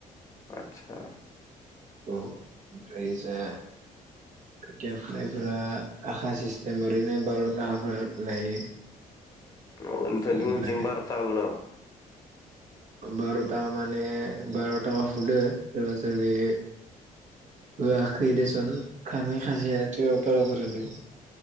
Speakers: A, on the left; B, on the right.
A: आतसा
B: औ ओजा खोथिया फुनायफोरा आखा सिस्टेम ओरैनो बार' थाखाफोर लायो
A: अ नोथांमोनथिं
B: ओमफ्राय
A: बार'ताखाल' नामा
B: बार'था माने बार' थाखा फुदो सोरबा सोरबे होयाखै देसन खामे खाजया तावथार फोर होदों